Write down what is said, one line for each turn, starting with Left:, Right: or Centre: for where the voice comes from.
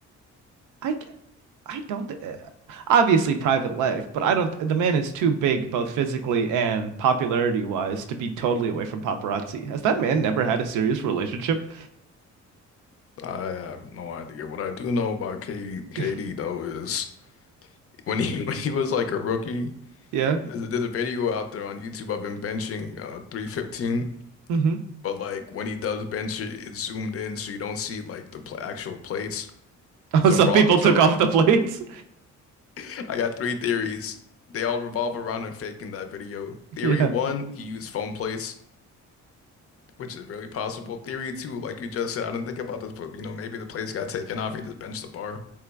Right: I I don't. thi- uh, Obviously, private life, but I don't. The man is too big, both physically and popularity wise, to be totally away from paparazzi. Has that man never had a serious relationship?
Left: I have no idea. What I do know about KD, KD
Right: <laughs>
Left: though is when he <laughs> when he was like a rookie,
Right: Yeah.
Left: there's a, there's a video out there on YouTube of him benching uh 315.
Right: hmm
Left: But like when he does bench it, it's zoomed in so you don't see like the pl actual plates. So
Right: Oh, some
Left: for all,
Right: people
Left: so
Right: took off the plates.
Left: <laughs> I got three theories. They all revolve around him faking that video. Theory
Right: Yeah.
Left: one, he used foam plates, which is really possible. Theory two, like you just said, I didn't think about this, but you know maybe the plates got taken off. He just benched the bar.